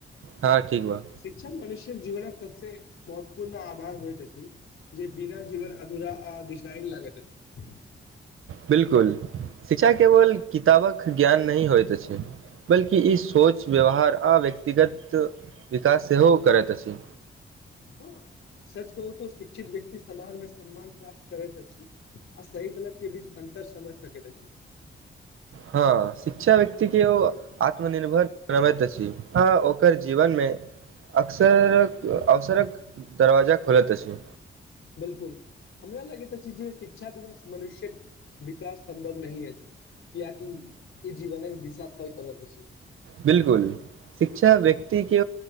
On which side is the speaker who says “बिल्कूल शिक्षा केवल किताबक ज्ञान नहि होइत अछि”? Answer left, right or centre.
Right